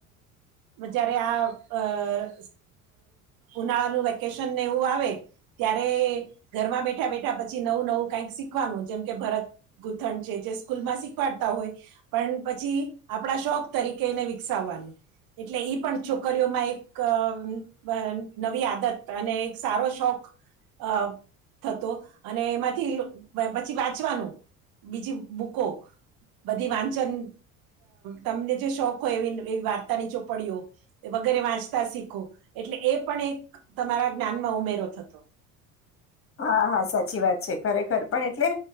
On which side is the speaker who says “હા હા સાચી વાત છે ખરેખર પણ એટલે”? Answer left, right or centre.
Left